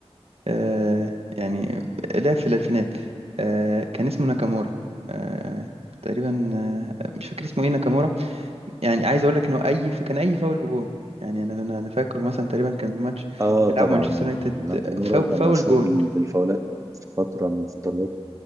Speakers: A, on the right; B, on the right.
A: آه، يعني لعب في الألفينات آه، كان اسمه ناكامورا آه، تقريبا آه، مش فاكر اسمه إيه ناكامورا يعني عايز اقول لك انه اي ف... كان اي فاول بجون يعني انا انا أنا فاكره مثلا تقريبا كان ماتش
B: اه
A: بيلعب
B: طبعا
A: مانشستر يونايتد
B: ناكامورا
A: فاول,
B: كان
A: فاول
B: مشهور
A: جون
B: بال- بالفاولات في فترة من فترات